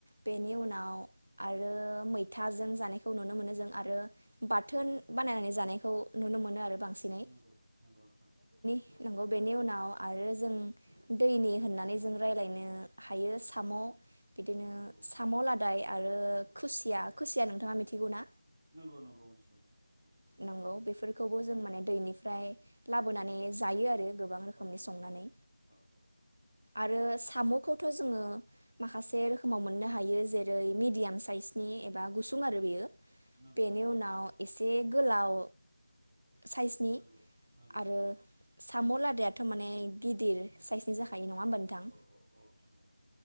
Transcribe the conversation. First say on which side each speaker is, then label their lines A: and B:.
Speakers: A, on the right; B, on the right.
A: बेनि
B: उम
A: उनाव आरो मैथाजों जानायखौ नुनो मोनो जों आरो बाथोन बानायनानै जानायखौ नुनो मोनो आरो बांसिनै
B: नंगौ नंगौ नोंथां
A: नंगौ बेनि उनाव आरो जों दैनि होननानै जों रायज्लायनो हायो साम' बिदिनो
B: नंगौ
A: साम' लादाय आरो खुसिया खुसिया नोंथांङा मिथिगौ ना
B: नंगौ नंगौ मिथिगौ नोंथां मिथिगौ
A: नंगौ बेफोरखौबो
B: औ
A: जों माने दैनि ओमफ्राय लाबोनानै जायो आरो गोबां रोखोमनि
B: औ
A: संनानै
B: औ औ
A: आरो
B: नंगौ
A: साम'खौ जोङो माखासे रोखोमाव मोननो हायो जेरै जेरै मिडियाम
B: नंगौ
A: साइसनि एबा गुसुं आरो बेयो
B: नंगौ
A: बेनि
B: नंगौ
A: उनाव एसे गोलाव साइसनि
B: नंगौ नंगौ
A: आरो साम' लादायाथ' माने गिदिर साइसनि
B: औ
A: जाखायो नङा होमबा नोंथां
B: औ औ औ नोंथां औ